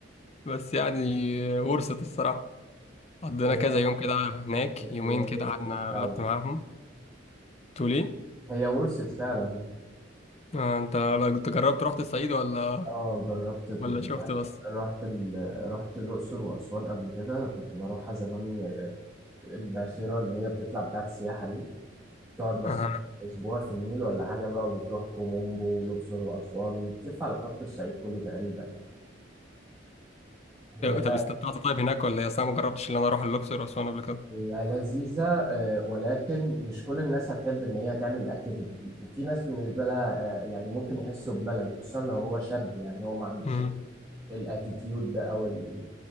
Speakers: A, on the left; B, on the right.
A: بس يعني ورثت الصراحة قضينا
B: هي
A: كذا يوم كده هناك يومين
B: هي ورثة
A: كده قعدنا
B: فعلا
A: قعدت معاهم تقول ايه
B: هي ورثت فعلا
A: آه انت لو كنت جربت رحت الصعيد ولا
B: اه جربت كنت
A: ولا شفت بس
B: رحت ال... رحت الأقصر وأسوان قبل كده كنت بروحها زمان آه، الباخرة اللي هي بتطلع بتاعت السياحة دي تقعد مثلا
A: آه.
B: أسبوع في النيل ولا حاجة بقى بتروح كومومبو والأقصر وأسوان بتلف على خط الصعيد كله تقريبا يعني هي لا
A: طب استمتعت طيب هناك ولا ايه اصل انا ما جربتش ان انا اروح الاقصر واسوان قبل كده
B: هي لذيذة آه، ولكن مش كل الناس هتحب إن هي تعمل الأكتيفيتي دي في ناس بالنسبة لها آه، يعني ممكن يحسوا بملل خصوصا لو هو شاب يعني هو ما عندوش
A: امم
B: الاتيتيود ده أو ال-